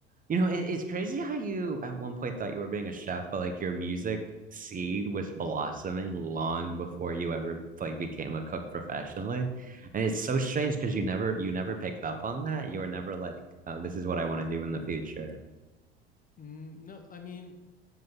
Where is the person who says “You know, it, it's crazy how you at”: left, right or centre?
Right